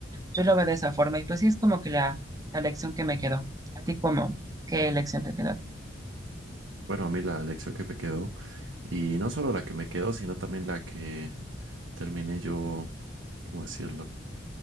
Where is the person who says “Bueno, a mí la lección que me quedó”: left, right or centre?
Right